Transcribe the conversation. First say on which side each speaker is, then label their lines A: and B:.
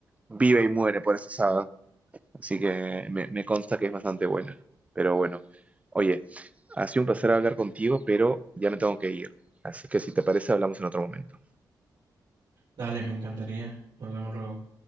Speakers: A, on the right; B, on the right.
A: vive y muere por esa saga, así que me, me consta que es bastante buena. Pero bueno, oye, ha sido un placer hablar contigo, pero ya me tengo que ir, así que si te parece hablamos en otro momento.
B: Dale, me encantaría. Nos vemos luego.